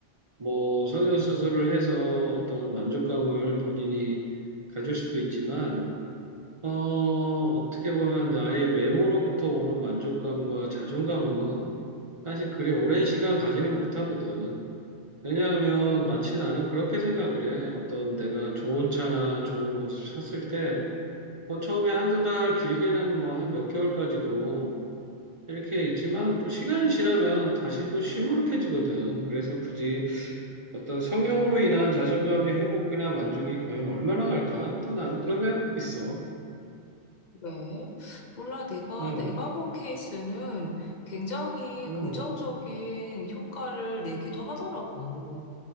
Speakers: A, on the right; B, on the left.
A: 뭐 성형수술을 해서 어떤 만족감을 본인이 가질 수도 있지만 어, 어떻게 보면 나의 외모로부터 오는 만족감과 자존감은 사실 그리 오랜 시간 가지는 못하거든. 왜냐하면 마치 나는 그렇게 생각을 해. 어떤 내가 좋은 차나 좋은 옷을 샀을 때 뭐 처음에 한 두 달, 길게는 뭐 한 몇 개월까지도 이렇게 있지만 또 시간이 지나면 다시 또 시무룩해지거든. 그래서 굳이 어떤 성형으로 인한 자존감의 회복이나 만족이 과연 얼마나 갈까? 또 나는 그런 생각도 있어.
B: 네. 몰라, 내가,
A: 응,
B: 내가 본 케이스는 굉장히
A: 응,
B: 긍정적인 효과를 내기도 하더라고.